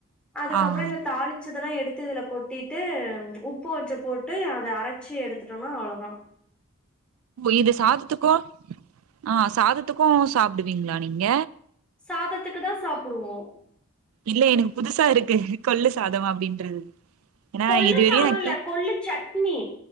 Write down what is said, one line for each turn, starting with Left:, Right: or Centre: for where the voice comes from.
Centre: அதுக்கப்புறோ
Right: ஆ
Centre: இந்த தாளிச்ச தெல்லா எடுத்து இதுல கொட்டிட்டு உப்பு கொஞ்ச போட்டு அத அரச்சி எடுத்துட்டோனா அவ்ளதா
Right: இது சாதத்துக்கு ஆ சாதத்துக்கு சாப்டுவிங்ளா நீங்க
Centre: சாதத்துக்கு தா சாப்புடுவோ
Right: இல்ல எனக்கு புதுசா இருக்கு கொள்ளு சாதம் அப்டின்றது ஏனா
Centre: கொள்ளு
Right: இதுவரியு
Centre: சாதோ
Right: நா
Centre: இல்ல
Right: கே
Centre: கொள்ளு சட்னி